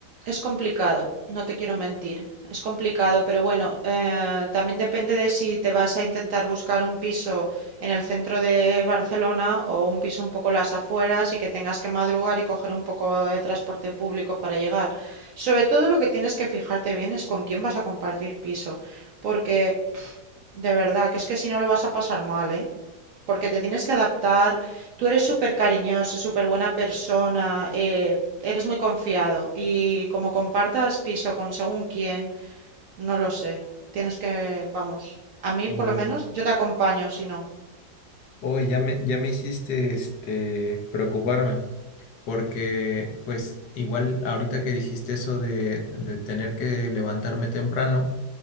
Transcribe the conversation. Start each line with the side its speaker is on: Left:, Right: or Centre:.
Right: Es complicado, no te quiero mentir. Es complicado, pero bueno, eh, también depende de si te vas a intentar buscar un piso en el centro de Barcelona o un piso un poco en las afueras y que tengas que madrugar y coger un poco de transporte público para llegar. Sobre todo lo que tienes que fijarte bien es con quién vas a compartir piso, porque pf, de verdad que es que si no lo vas a pasar mal, ¿eh? porque te tienes que adaptar. Tú eres súper cariñoso, súper buena persona, eh, eres muy confiado y como compartas piso con según quién, no lo sé. Tienes que, vamos, a mí
Left: Oh,
Right: por lo menos yo te acompaño, si no.
Left: oh, ya me, ya me hiciste este preocuparme, porque pues igual ahorita que dijiste eso de de tener que levantarme temprano.